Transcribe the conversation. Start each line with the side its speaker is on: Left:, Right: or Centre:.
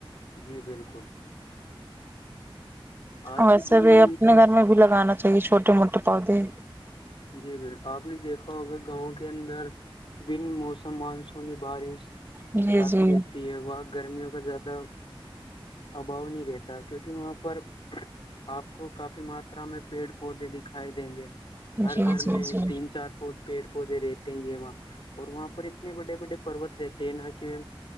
Left: جی بالکل آج
Right: ویسے
Left: کی دنیا
Right: بھی اپنے گھر میں بھی لگانا چاہیے چھوٹے موٹے پودے
Left: جی بالک آپ نے دیکھا ہوگا گاؤں کے اندر بن موسم مانسونی بارش
Right: جی
Left: آتی
Right: جی
Left: رہتی ہے و گرمیوں کا زیادہ ابھاؤ نہیں رہتا کیونکہ وہاں پر آپ کو کافی ماترا میں پیڑ پودے دکھائی دیں گے ہر
Right: جی
Left: گھر
Right: جی
Left: میں
Right: جی
Left: تین چار پو پیڑ پودے رہتے ہیں یہ وہاں اور وہاں پر اتنے بڑے بڑے پروت رہتے ہیں نا کہ